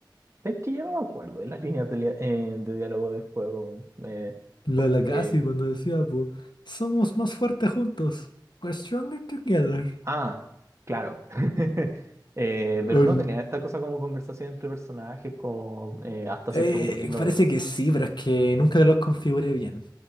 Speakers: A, on the right (about 35°); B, on the left (about 70°).
A: es que yo no me acuerdo de las líneas de, lia- eh, de diálogo del juego. eh,
B: La
A: porque.
B: Lagasse cuando decía, pues, somos más fuertes juntos. We're stronger together.
A: Ah, claro. <laughs> Eh, pero
B: Ol.
A: no tenían esta cosa como conversación entre personajes, como eh, hasta
B: Eh,
A: cierto punto en el Overwatch.
B: parece que sí, pero es que nunca los configuré bien.